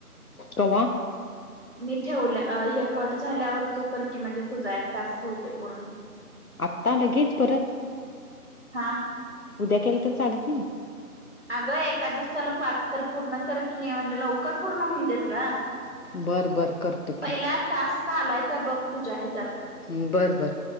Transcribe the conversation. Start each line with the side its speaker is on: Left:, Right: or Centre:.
Left: कव्हा
Right: मी ठेवल्या हे कट झाल्यावर तु, कर की म्हणजे तुझा एक टास्क होते पूर्ण. <unintelligible>
Left: आत्ता लगेच परत?
Right: हा.
Left: उद्या केलं तर चालत नाही.
Right: अगं! एका दिवसाला पाच तर पूर्ण कर की, म्हणजे लवकर पूर्ण होऊन देत ग,
Left: बर बर करतो
Right: पहिला
Left: की
Right: टास्क आलाय का बघ तुझ्या ह्याच्यात.
Left: हम्म बर बर.